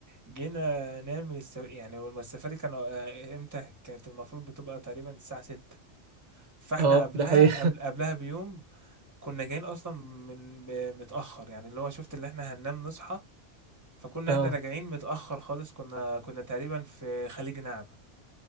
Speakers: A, on the right (about 15°); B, on the right (about 80°).
A: جينا نعمل الس... يعني لما السفاري كانوا آه، امتى كانت المفروض بتبقى تقريبا الساعه 6 فاحنا
B: اه
A: قبلها
B: ده حقيقي
A: قبل قبلها بيوم كنا جايين اصلا من ب- متاخر يعني اللي هو شفت اللي احنا هننام نصحى فكنا
B: <laughs> اه
A: احنا راجعين متاخر خالص كنا كنا تقريبا في خليج نعمه